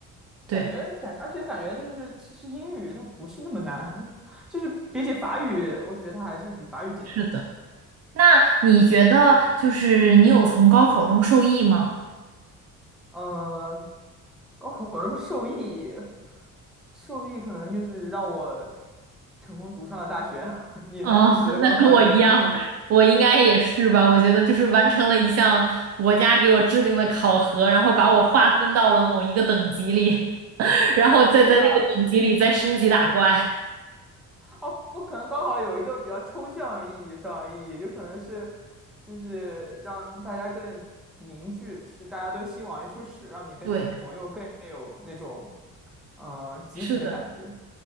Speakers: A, on the right; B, in the centre.
A: 对，
B: 感觉感而且感觉就是其实英语它不是那么难，<laughs> 就是比起法语，我觉得它还是比法语简单的。
A: 是的。那你觉得就是你有从高考中受益吗？
B: 呃，高考什么受益？受益可能就是让我成功读上了大学。<laughs> 你呢？
A: 哦，
B: 你觉得高考有什么受益？
A: <laughs> 那跟我一样，我应该也是吧。我觉得就是完成了一项国家给我制定的考核，然后把我划分到了某一个等级里，<laughs> 然后再在那个等级里再升级打怪。
B: 是啊，哦，不可能，高考有一个比较抽象意义上的意义，就可能是就是让大家更凝聚，是大家都心往一处使，让你跟你的朋友更有那种
A: 对，
B: 呃集体的感觉。
A: 是的。